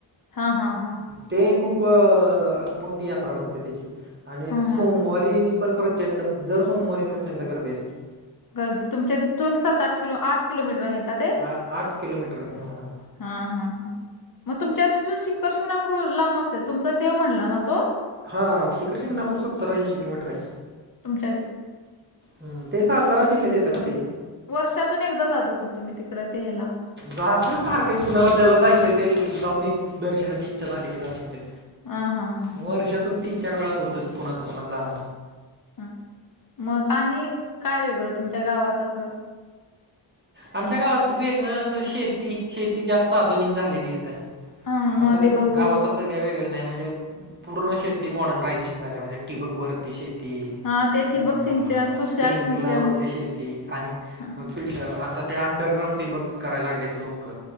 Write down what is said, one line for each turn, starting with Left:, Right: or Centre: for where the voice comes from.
Left: हा हा हा.
Right: ते खूप मोठी यात्रा भरते त्याची आणि
Left: हां
Right: सोमवारी
Left: हां.
Right: पण प्रचंड जर सोमवारी प्रचंड गर्दी असती.
Left: गर्दी तुमच्यात तुन सात आठ किलो आठ किलोमीटर आहे का ते?
Right: आ आठ किलोमीटर आहे हां
Left: हा हा हा मग तुमच्या तिथून शिखर शिंगणापूर लांब असेल तुमचा देव म्हटला ना तो.
Right: हा हा शिखर शिंगणापूर सत्तरऐंशी किलोमीटर आहे.
Left: तुमच्यात
Right: ह ते सातारा जिल्ह्यात येतं ना ते.
Left: वर्षातून एकदा जात असेल तुम्ही तिकडे ते हला.
Right: जातोय सारखं कुणाला ज्याला जायचं ते जाऊन येतेत दर्शनाची इच्छा झाली की जाऊन येतेत.
Left: हा हा हा
Right: वर्षातून
Left: हा
Right: तीन चार वेळा होतच कोणाच कोणाच जाणं.
Left: ह मग आणि काय वेगळं तुमच्या गावात असं?
Right: आमच्या गावात वेगळं अस शेती शेती जास्त आधुनिक झालेली येत.
Left: हा
Right: असं
Left: मग
Right: ग
Left: ते गहू
Right: गावात असं काही वेगळ नाही म्हणजे पूर्ण शेती मॉडर्नायझेशन झालीया म्हणजे टिबक वरती शेती
Left: हा ते ठिबक
Right: अ
Left: सिंचन, तुषार
Right: स्पिंकलार
Left: सिंचन
Right: वरती शेती आणि
Left: हा
Right: तर आता ते अंडरग्राउंड टिबक करायला लागलेत लोक